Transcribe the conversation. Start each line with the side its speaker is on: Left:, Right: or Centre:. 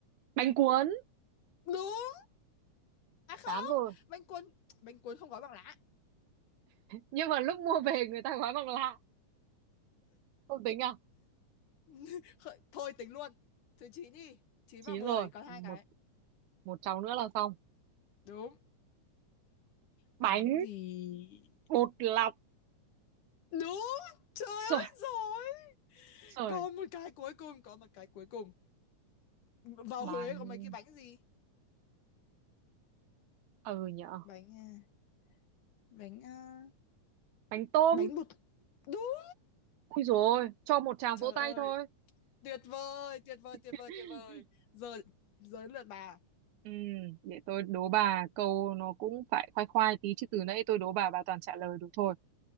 Right: bánh cuốn
Left: đúng à không
Right: tám rồi
Left: bánh cuốn bánh cuốn không gói bằng lá
Right: nhưng mà lúc mua về người ta gói bằng lạ không tính à
Left: <laughs> thôi tính luôn thứ chín đi chín
Right: chín
Left: và mười
Right: rồi
Left: còn
Right: còn
Left: hai cái
Right: một một cháu nữa là xong
Left: đúng
Right: bánh
Left: bánh gì
Right: bột lọc
Left: đúng trời
Right: sời
Left: ơi rồi
Right: sời
Left: còn một cái cuối cùng có một cái cuối cùng vào
Right: bánh
Left: Huế có mấy cái bánh gì
Right: ừ nhở
Left: bánh à, bánh à,
Right: bánh tôm
Left: bánh bột đúng
Right: ui rồi cho một tràng
Left: trời
Right: vỗ tay
Left: ơi
Right: thôi
Left: tuyệt vời tuyệt vời
Right: <laughs>
Left: tuyệt vời tuyệt vời giờ giờ lượt bà
Right: Ừ, để tôi đố bà câu nó cũng phải khoai khoai tí chứ từ nãy tôi đố bà bà toàn trả lời được thôi.